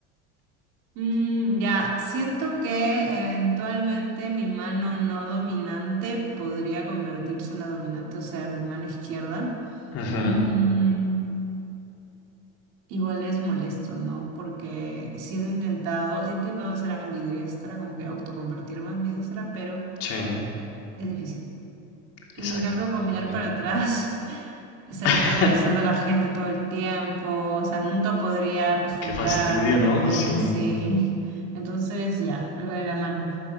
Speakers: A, on the right; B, on the left.
A: Mm, ya, siento que eventualmente mi mano no dominante podría convertirse en la dominante, o sea, mi mano izquierda.
B: Ujú,
A: Mm, Igual es molesto, ¿no? Porque sí lo he intentado, he intentado ser ambidiestra, como que autoconvertirme en ambidiestra, pero
B: Sí,
A: es difícil. Y
B: exacto.
A: en cambio, caminar
B: Sí.
A: para atrás, <laughs> estaría
B: <laughs>
A: yo molestando a la gente todo el tiempo, o sea, nunca podría acostumbrarme,
B: Qué fastidio, ¿no? Sí.
A: sí. Entonces, ya, lo de la mano,